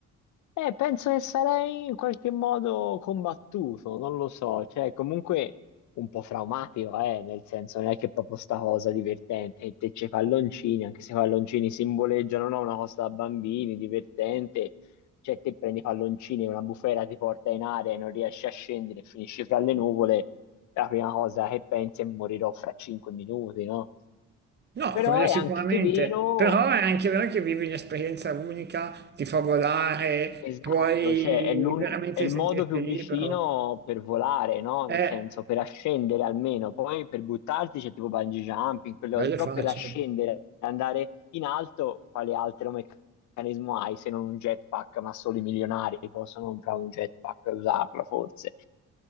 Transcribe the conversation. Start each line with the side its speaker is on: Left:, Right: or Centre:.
Left: Eh, penso che sarei in qualche modo combattuto, non lo so, cioè comunque un po' traumatico, eh, nel senso non è che proprio sta cosa divertente, e te c'è i palloncini, anche se i palloncini simboleggiano no, una cosa da bambini, divertente, cioè te prendi i palloncini, una bufera ti porta in aria e non riesci a scendere, finisci fra le nuvole, la prima cosa che pensi è morirò fra cinque minuti, no?
Right: No,
Left: Però
Right: quello
Left: è
Right: sicuramente,
Left: anche vero
Right: però è anche vero che vivi un'esperienza unica, ti fa volare,
Left: Esatto,
Right: puoi
Left: cioè è l'uni-
Right: veramente
Left: è il
Right: sentirti
Left: modo più
Right: libero.
Left: vicino per volare, no?
Right: Eh,
Left: Nel senso, per ascendere almeno, poi per buttarti c'è tipo bungee jumping, quelle
Right: quello
Left: cose, però
Right: è facile.
Left: per ascendere, andare in alto, quale altro meccanismo hai se non un jetpack? Ma solo i milionari possono comprare un jetpack e usarlo, forse.